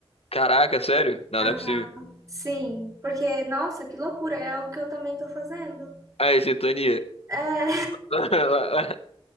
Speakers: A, on the left (about 75°); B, on the right (about 35°).
A: Caraca, sério? Não,
B: Aham,
A: não é possível.
B: sim, porque, nossa, que loucura, é algo que eu também tô fazendo.
A: Aí, sintonia.
B: É,
A: <laughs>